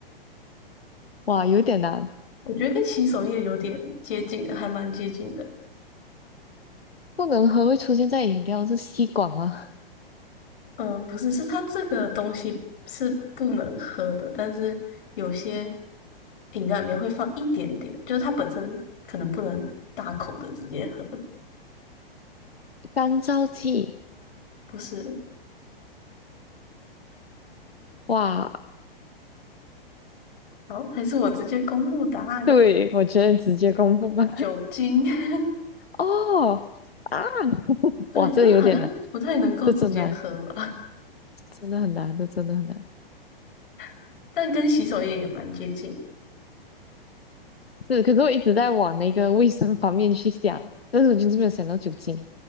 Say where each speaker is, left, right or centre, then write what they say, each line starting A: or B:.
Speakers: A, on the left; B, on the left.
A: 哇，有点难。
B: 我觉得跟洗手液有点接近的，还蛮接近的。
A: 不能喝会出现在饮料是吸管吗？
B: 嗯、不是，是它这个东西是不能喝的，但是有些饮料里面会放一点点，就是它本身可能不能大口的直接喝。
A: <laughs> 干燥剂。
B: 不是，
A: 哇，
B: 好，还是我直接公布答案，
A: 对，我觉得你直接公布吧。
B: 酒精。<laughs>
A: 哦啊，<laughs>
B: 对，
A: 哇，
B: 就是好像不太能够直接喝吧，
A: 这个有点难，这真难，真的很难，这真的很难。
B: <laughs> 但跟洗手液也蛮接近。
A: 是，可是我一直在往那个卫生方面去想，但是我就是没有想到酒精。